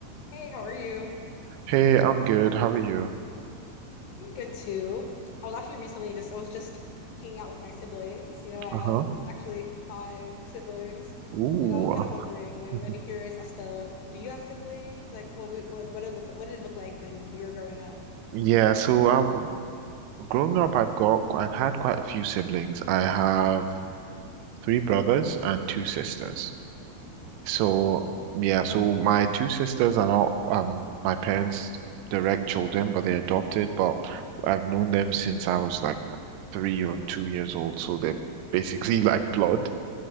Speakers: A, on the left (about 70°); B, on the right (about 85°).
A: Hey, how are you?
B: Hey, I'm good. How are you?
A: I'm good too. I was actually recently just I was just hanging out with my siblings. You know, I
B: Uh-huh.
A: have actually five siblings,
B: Ooh.
A: and I was kind of wondering, like,
B: <laughs>
A: I'm really curious as to do you have siblings? Like, what we what what it look like, what did it look like when you were growing up,
B: Yeah, so
A: and
B: um
A: if you.
B: growing
A: can. Mhm.
B: up I've got I've had quite a few siblings. I have three brothers and two sisters. So
A: Oh, okay.
B: yeah, so my two sisters are not um my parents' direct children, but they're adopted, but I've known them since I was like three or two years old, so they're basically <laughs> like blood.